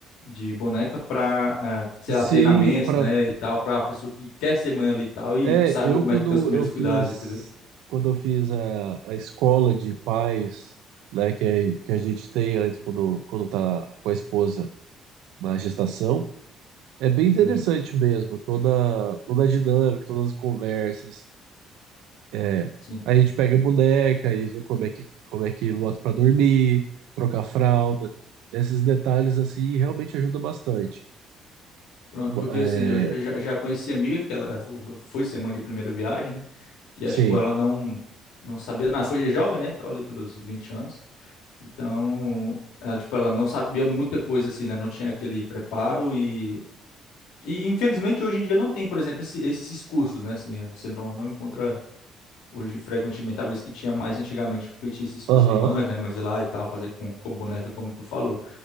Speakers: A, on the left; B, on the right.
A: de boneca para, sei
B: Se
A: lá, treinamentos,
B: para,
A: né, e tal, para a pessoa que quer ser mãe ali e tal e
B: É,
A: sabe
B: eu
A: como
B: quando
A: é que tem os primeiros
B: eu fiz
A: cuidados, entendeu?
B: quando eu fiz a, a escola de pais, né, que, é- que a gente tem antes quando quando tá com a esposa na gestação, é bem interessante
A: Uhum,
B: mesmo, toda toda a dinâmica, todas as conversas. É,
A: sim.
B: a gente pega a boneca e vê como é que como é que bota para dormir, trocar fralda. Esses detalhes assim realmente ajudam bastante.
A: Pronto, porque
B: É,
A: assim, eu já, já já conheci a amiga que ela fo- foi ser mãe de primeira viagem, né? E
B: sei.
A: aí, tipo, ela não não sabia nada, foi jovem, né, tal, ali pelos 20 anos. Então, ela, tipo, ela não sabia muita coisa assim, né? Não tinha aquele preparo e e infelizmente hoje em dia não tem, por exemplo, esse- esses cursos, né? Assim, eh, você não não encontra hoje frequentemente, talvez que tinha mais antigamente, porque tinha esses cursos
B: Aham.
A: de mães, né, mães lá e tal, fazer com com boneca como tu falou.